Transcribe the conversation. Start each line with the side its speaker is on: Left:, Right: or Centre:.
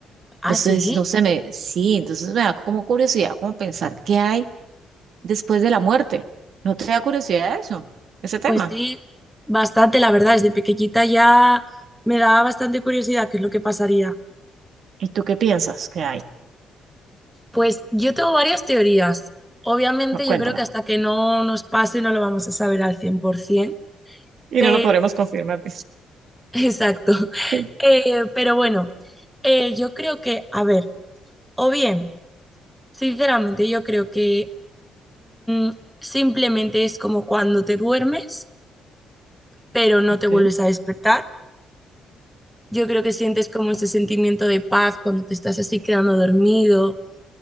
Right: Entonces,
Centre: Ah, sí,
Right: no sé, me, sí, entonces me da como curiosidad, como pensar qué hay después de la muerte. ¿No te da curiosidad eso, ese tema?
Centre: pues sí, bastante, la verdad, desde pequeñita ya me daba bastante curiosidad qué es lo que pasaría.
Right: ¿Y tú qué piensas que hay?
Centre: Pues yo tengo varias teorías. Obviamente
Right: No, Cuéntame.
Centre: yo creo que hasta que no nos pase no lo vamos a saber al 100%,
Right: Y
Centre: pero...
Right: no lo podremos
Centre: <laughs>
Right: confirmar.
Centre: Exacto.
Right: <laughs>
Centre: Eh, pero bueno, eh, yo creo que, a ver, o bien, sinceramente yo creo que mm, simplemente es como cuando te duermes. pero no
Right: Okay.
Centre: te vuelves a despertar. Yo creo que sientes como ese sentimiento de paz cuando te estás así quedando dormido,